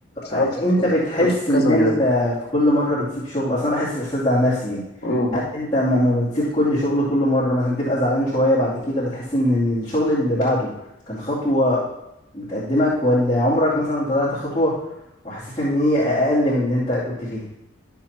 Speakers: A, on the left; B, on the left.
A: شغلت
B: آه، انت
A: في
B: بتحس
A: في
B: ان
A: كذا
B: انت في كل مرة بتسيب شغل اصلا أنا بحس الاحساس ده عن نفسي يعني
A: مجال
B: هل انت ما ما بتسيب كل شغل كل مرة مثلا بتبقى زعلان شوية بعد كده بتحس ان إن الشغل اللي بعده كان خطوة بتقدمك ولا عمرك مثلا طلعت خطوة وحسيت ان هي اقل من اللي انت كنت فيه